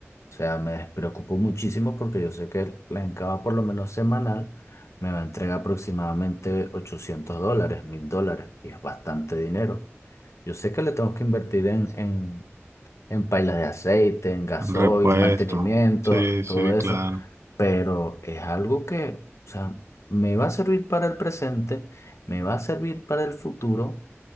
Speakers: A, on the left; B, on the right.
A: O sea, me despreocupo muchísimo porque yo sé que la Encava, por lo menos semanal, me va a entregar aproximadamente 800 dólares, 1000 dólares, y es bastante dinero. Yo sé que le tengo que invertir en, en en pailas de aceite, en gasoil,
B: Repuesto.
A: mantenimiento,
B: Sí,
A: todo
B: sí,
A: eso,
B: claro.
A: pero es algo que, o sea, me va a servir para el presente, me va a servir para el futuro,